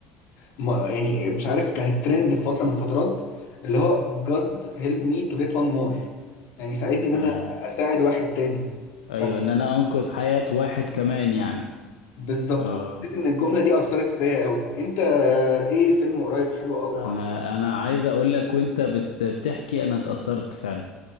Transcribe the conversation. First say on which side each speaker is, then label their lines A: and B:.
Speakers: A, on the left; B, on the left.
A: ما- يعني مش عارف كانت ترند في فترة من الفترات اللي هو God help me to get one more يعني ساعدني ان انا
B: آه،
A: اساعد واحد تاني
B: ايوه
A: ف-
B: ان انا انقذ حياة واحد كمان يعني
A: بالظبط
B: اه
A: فحسيت ان الجملة دي اثرت فيا قوي انت ايه فيلم قريب حلو قوي
B: انا
A: عجبك
B: انا عايز اقول لك وانت بت بتحكي انا اتأثرت فعلا